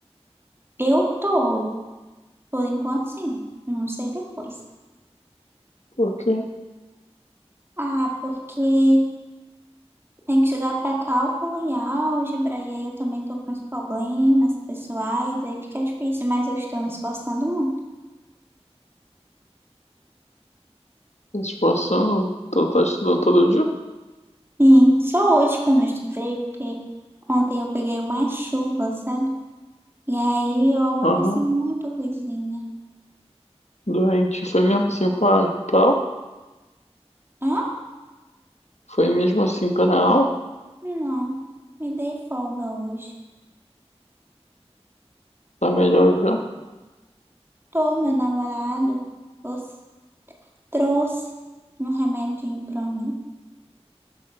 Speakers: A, on the right; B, on the left.
A: Eu tô, por enquanto, sim. Não sei depois.
B: Por quê?
A: Ah, porque Tem que estudar para cálculo e álgebra, e aí eu também tô com uns problemas pessoais, aí fica difícil, mas eu estou me esforçando muito.
B: Se esforçando, tá, tá estudando todo dia?
A: Sim, só hoje que eu não estudei, porque ontem eu peguei uma chuva, sabe? E aí eu amanheci
B: Aham.
A: muito ruizinha.
B: Doente. Foi mesmo assim pra, pra aula?
A: Hã?
B: Foi mesmo assim pra aula?
A: Não, me dei folga hoje.
B: Tá melhor já?
A: Tô, meu namorado os- trouxe um remedinho pra mim.